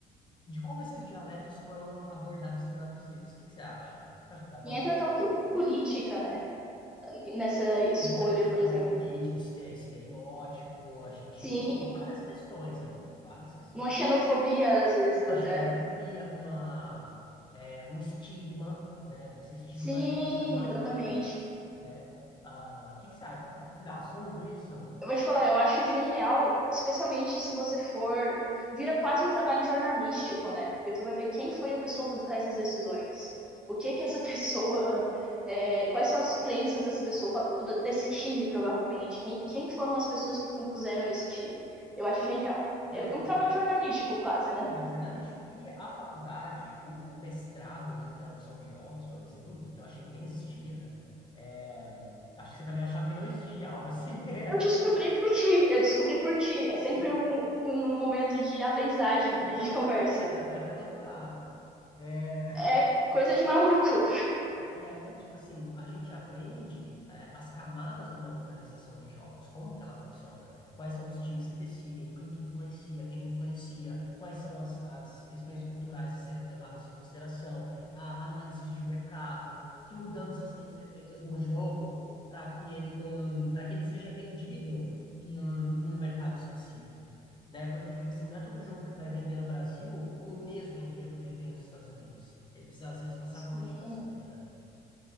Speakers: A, on the left; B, in the centre.
A: de como esses dialetos foram abordados e traduzidos. O que que você acha? Você acha que dá bom?
B: E entra até uma questão política, né? Nessa escolha,
A: Entre a questão
B: por exemplo.
A: de político, este- estereótipo, a gente
B: Sim,
A: entra em várias questões aí, várias questões.
B: uma xenofobia às vezes
A: Uma
B: até.
A: xenofobia, uma, é, um estigma, né? Você estigmatizar
B: Sim, exatamente.
A: uma, né? Ah, O que que você acha? Você acha que dá assunto isso?
B: Eu vou te falar, eu acho genial, especialmente se você for. Vira quase um trabalho jornalístico, né? Porque tu vai ver quem foi a pessoa por trás das decisões. O que que essa <laughs> pessoa. é, quais são as crenças dessa pessoa, qual- desse time, provavelmente? Quem, quem foram as pessoas que compuseram esse time? Eu acho genial.
A: E
B: É
A: assim,
B: um trabalho jornalístico, quase,
A: um
B: né?
A: trabalho jornalístico. E a faculdade, o, o mestrado em tradução de jogos, por exemplo, que eu achei que nem existia, né? É, acho que você também achava que não existia algo assim. <laughs>
B: Eu descobri por ti, eu descobri por ti. É sempre
A: E-
B: um, um momento de aprendizagem quando
A: Então
B: a gente conversa.
A: toma essa, tem até doutorado. É,
B: É coisa de maluco.
A: E aí, tipo assim, a gente aprende eh, as camadas de uma localização de jogos, como que ela funciona, quais são os times que decidem, quem que influencia, quem não influencia, quais são as, as questões culturais a serem levadas em consideração, a análises de mercado, que mudanças têm que ser feitas no jogo para que ele não, para que ele seja vendido em um, em um mercado específico. Né? Porque, tipo assim, não é todo jogo que vai vender no Brasil com o mesmo enredo que ele tem nos Estados Unidos. Ele precisa, às vezes, passar por
B: Hum,
A: modificações, né?